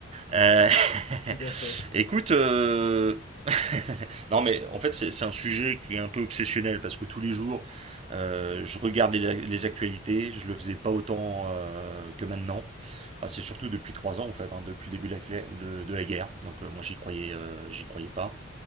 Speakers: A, on the right (about 30°); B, on the left (about 40°).
A: Euh,
B: <laughs> Tout à fait.
A: <laughs> Écoute, euh, <laughs> non mais en fait c'est c'est un sujet qui est un peu obsessionnel parce que tous les jours euh, je regarde les, les actualités, je le faisais pas autant euh, que maintenant. Enfin, c'est surtout depuis trois ans en fait, hein, depuis le début de la, clé- de, de la guerre. Donc euh, moi j'y croyais, euh, j'y croyais pas.